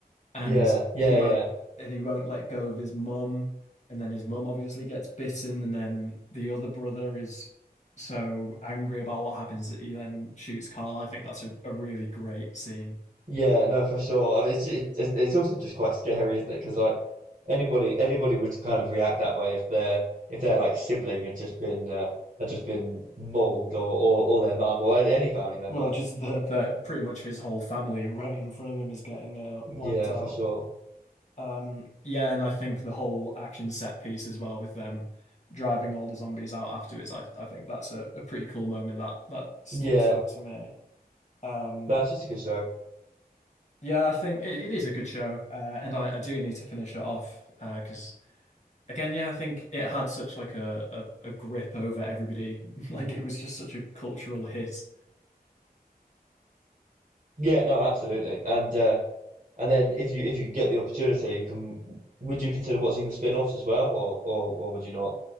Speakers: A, on the left; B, on the right.
A: and
B: Yeah, yeah,
A: he won't
B: yeah,
A: and he won't let go of his mum and then his mum obviously gets bitten and then the other brother is so angry about what happens that he then shoots Carl. I think that's a, a really great scene.
B: yeah. No, for sure. I mean, it's it's it's it's also just quite scary, isn't it? Because like anybody anybody would kind of react that way if their if their like sibling had just been uh, had just been mauled or or, or their mum or any family member.
A: Well, just that that pretty much his whole family right in front of him is getting uh,
B: Yeah,
A: wiped out.
B: for sure.
A: Um, yeah, and I think the whole action set piece as well with them driving all the zombies out afterwards. I I think that's a, a pretty cool moment that that sticks
B: Yeah,
A: out to me. Um,
B: that's just a good show.
A: yeah, I think it, it is a good show, uh, and I, I do need to finish it off because again, yeah, I think it had such like a, a a grip over everybody. <laughs> Like it was just such a cultural hit
B: Yeah, no, absolutely. And uh, and then if you if you get the opportunity, you can would you consider watching the spin-offs as well, or or or would you not?